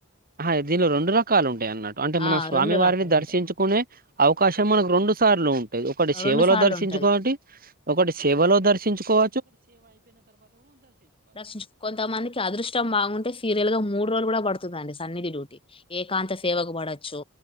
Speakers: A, on the right; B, on the left.
A: అహా దీనిలో రెండు రకాలు ఉంటాయి అన్నట్టు అంటే మనం
B: ఆ
A: స్వామి
B: రెండు
A: వారిని
B: రకాలు
A: దర్శించుకునే
B: ఉంటాయి
A: అవకాశం మనకు రెండు సార్లు ఉంటాది ఒకటి సేవల
B: రెండు సార్లు
A: దర్శించుకోనటి
B: ఉంటది
A: ఒకటి సేవలో దర్శించుకోవ
B: దర్శించు కొంతమందికి అదృష్టం బాగుంటే సీరియల్ గా మూడు రోజులు కూడా పడు డి సన్నిధి డ్యూటీ ఏకాంత సేవకు పడొచ్చు